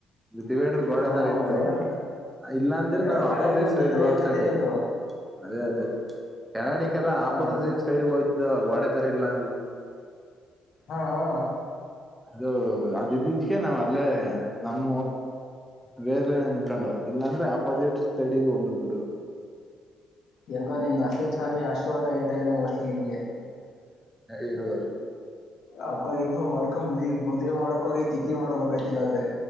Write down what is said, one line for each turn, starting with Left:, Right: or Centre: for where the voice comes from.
Centre: ಡಿವೈಡರ್ ಗೋಡೆೆ
Left: ಹ್ಮ್
Centre: ತರ ಇತ್ತು
Left: ಏನಾರು
Centre: ಇಲ್ಲ ಅಂದ್ರೆ
Left: ಯಾರ
Centre: ನಾವು
Left: ಕೆಳಗಿಳ
Centre: ಆಪೋಸಿಟ್ ಸೈಡ್
Left: ಬಿದ್ದಿದ್ರೆ
Centre: ರೋಡ್
Left: ಏನ್ ಕತೆ
Centre: ಸೈಡ್
Left: ನಿಮ್ದು
Centre: ಅದೇ ಅದೇ ಕೆಳಗಡೆ ಕಾಲ
Left: ಹಾ
Centre: ಆಪೋಸಿಟ್ ಸೈಡ್ ಹೋಯ್ತು ಇದು ಗೋಡೆತರ ಇಲ್ಲ ಅಂದಿದೆ
Left: ಹಾ ಹಾ
Centre: ಅದು ಅದ ಇದಿದಕ್ಕೆ ನಾವ್ ಅಲ್ಲೇ ನಮ್ ವೇರ್ಲೆ ನಿನ್ಕೊಂಡು ಇಲ್ಲಾಂದ್ರೆ ಅಪೋಸಿಟ್ ಸೈಡಿಗ ಹೋಗಿ ನುಗ್ಬುಡವೆ
Left: ಹೆಂಗೋ ನಿಮ್ಮ ನರ್ಸಿಂಗ್ ಸ್ವಾಮಿ ಆಶರ್ವಾದ ಇದ್ದ ಇನೋ ಮೋಸ್ಟ್ಲಿ ನಿಮ್ಗೆ
Centre: ಇರ್ವುದು
Left: ಹಬ್ಬ ಗಿಬ್ಬಾ ಮಾಡ್ಕೋಬದಿ ಮದುವೆ ಮಾಡಕ ಹೋಗಿ ತಿತಿ ಮಾಡ್ಬೇಕ ಆಯ್ತು ಇದಾರೆ